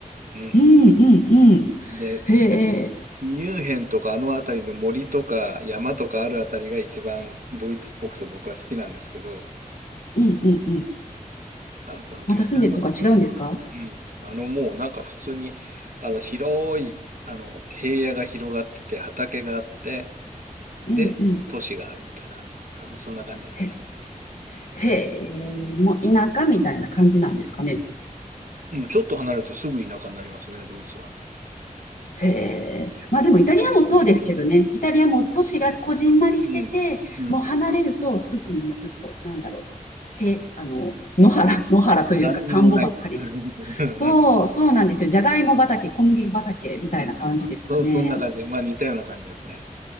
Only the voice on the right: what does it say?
うん。
で、
ミュンヘンとかあの辺りの森とか山とかある辺りが一番ドイツっぽくて僕は好きなんですけど、
あの、このデュッセルドルフ、
うん。あの、もうなんか普通に、あの、広い、あの、平野が広がってて、畑があって、
で、
都市があるみたいな、あの、そんな感じですね。
うん、ちょっと離れるとすぐ田舎になりますね、ドイツは。
うん。うん。
何にもない。<laughs> うんうん
うそ、そんな感じ。まあ似たような感じですね。